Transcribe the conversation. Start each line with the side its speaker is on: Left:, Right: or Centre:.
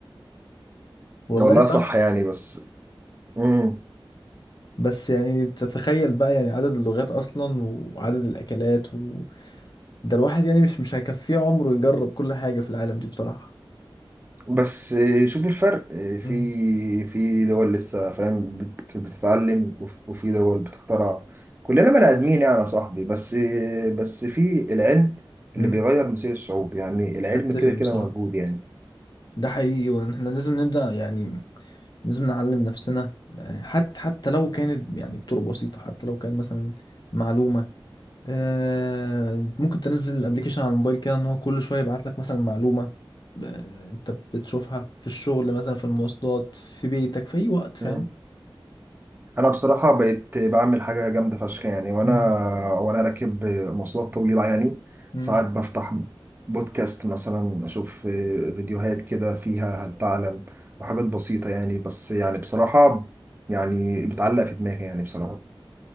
Left: والله
Right: والله
Left: صح
Right: صح يعني بس مم.
Left: بس يعني تتخيل بقى يعني عدد اللغات اصلا وعدد الاكلات و... ده الواحد يعني مش مش هيكفيه عمره يجرب كل حاجة في العالم دي بصراحة
Right: بس شوف الفرق في
Left: مم.
Right: في دول لسه فاهم بت- بتتعلم وف- وفي دول بتخترع كلنا بني ادمين يعني يا صاحبي بس بس في العلم
Left: مم.
Right: اللي بيغير مصير الشعوب يعني العلم
Left: اتفق
Right: كده
Left: بصراحة
Right: كده موجود يعني
Left: ده حقيقي وان احنا لازم نبدأ يعني لازم نعلم نفسنا يعني حتى حتى لو كانت يعني بطرق بسيطة حتى لو كان مثلا معلومة آه، ممكن تنزل الابليكيشن على الموبايل كده ان هو كل شوية يبعت لك مثلا معلومة آه، انت بتشوفها في الشغل مثلا في المواصلات في بيتك في اي وقت فاهم
Right: مم. انا بصراحه بقيت بعمل حاجه جامده فشخ يعني وانا
Left: مم.
Right: وانا راكب مواصلات طويله يعني
Left: مم.
Right: ساعات بفتح بودكاست مثلا اشوف فيديوهات كده فيها هل تعلم وحاجات بسيطه يعني بس يعني بصراحه يعني بتعلق في دماغي يعني بصراحه